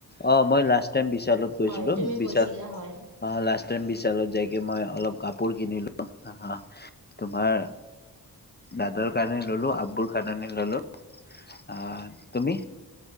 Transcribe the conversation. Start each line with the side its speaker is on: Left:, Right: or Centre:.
Left: অ', মই লাষ্ট তাইম বিশালত গৈছিলো।
Right: হয় তুমি
Left: বিশাল
Right: গৈছিলা হয়
Left: অ, লাছ তাইম। বিশালত যাইকে মই অলপ কাপোৰ কিনিলো অঁ তোমাৰ দাদাৰ কাৰণে ললো আববুৰ কাৰনে ললো। আহ তুমি?